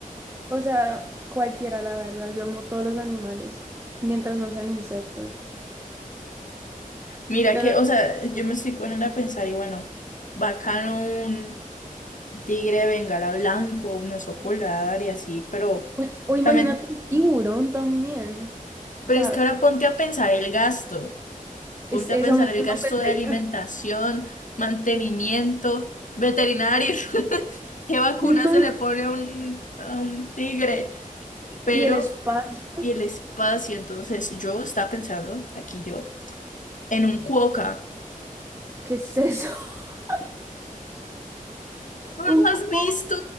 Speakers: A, on the right (about 15°); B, on the left (about 60°).
A: o sea, cualquiera, la verdad. Yo amo todos los animales, mientras no sean insectos.
B: Mira
A: No,
B: que,
A: no,
B: o sea, yo me estoy poniendo a pensar y bueno, bacano un tigre de bengala blanco, un oso polar y así, pero
A: O, o
B: también,
A: imagínate un tiburón también.
B: pero
A: O sea,
B: es que ahora ponte a pensar el gasto,
A: es
B: ponte
A: eso
B: a pensar
A: mismo
B: el gasto
A: <laughs> pensé
B: de alimentación,
A: yo.
B: mantenimiento, veterinario, <laughs> qué vacunas
A: No,
B: se le pone a un, a un tigre,
A: y
B: pero
A: y el espacio,
B: y el espacio, entonces yo estaba pensando, aquí yo, en un cuoca.
A: ¿qué es eso? <laughs>
B: ¿No los
A: Un
B: has
A: cubo.
B: visto?